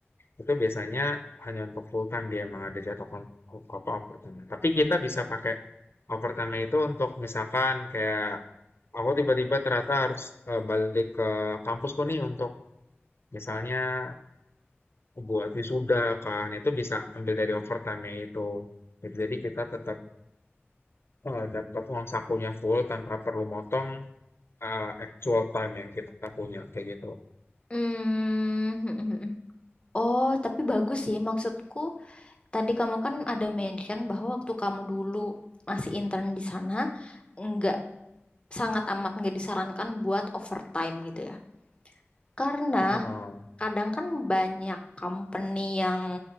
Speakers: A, on the left (about 65°); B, on the left (about 25°).
A: itu biasanya hanya untuk full time dia emang ada jatuh kom- apa overtime. Tapi kita bisa pakai overtime itu untuk misalkan kayak aku tiba-tiba ternyata harus eh, balik ke kampus tuh nih untuk misalnya buat wisuda kan itu bisa ambil dari overtime itu Gitu, jadi kita tetap eh, dapat uang sakunya full tanpa perlu motong eh, actual time yang kita punya kayak gitu
B: Mm. Oh, tapi bagus sih. Maksudku, tadi kamu kan ada mention bahwa waktu kamu dulu masih intern di sana, nggak sangat amat nggak disarankan buat overtime gitu ya. Karena
A: Heeh.
B: kadang kan banyak company yang